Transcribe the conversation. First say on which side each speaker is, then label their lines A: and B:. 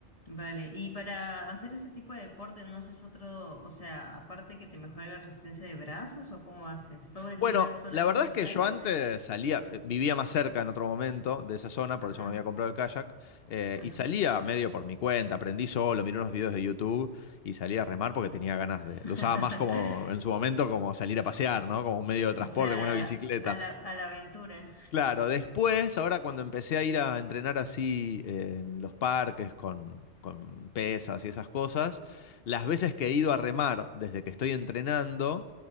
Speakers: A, on the left (about 30°); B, on the left (about 60°).
A: Vale, y para hacer ese tipo de deporte, ¿no haces otro, o sea, aparte que te mejora la resistencia de brazos o cómo haces? ¿Todo el
B: Bueno,
A: día solamente
B: la verdad
A: haces
B: es que
A: kayak?
B: yo antes salía, eh, vivía más cerca en otro momento de esa zona, por
A: Ajá,
B: eso me había comprado el kayak, eh,
A: ajá.
B: y salía medio por mi cuenta, aprendí solo, miré unos videos de YouTube y salía a remar porque tenía ganas
A: <laughs>
B: de, lo usaba más como en su momento como salir a pasear, ¿no? Como un medio de transporte,
A: O sea,
B: como una bicicleta.
A: a la, a la aventura.
B: Claro, después, ahora cuando empecé a ir a entrenar así eh, en los parques con, con pesas y esas cosas, las veces que he ido a remar desde que estoy entrenando,